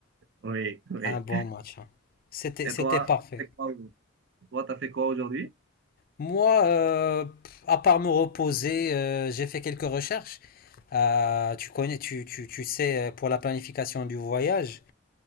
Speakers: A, on the right (about 55°); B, on the left (about 45°).
A: oui, oui.
B: Un bon match, hein. C'était,
A: Et
B: c'était
A: toi,
B: parfait.
A: c'est quoi aujourd'hui Et toi, t'as fait quoi aujourd'hui?
B: Moi, euh, pff, à part me reposer, euh, j'ai fait quelques recherches. Euh, tu connais, tu, tu, tu sais, euh, pour la planification du voyage.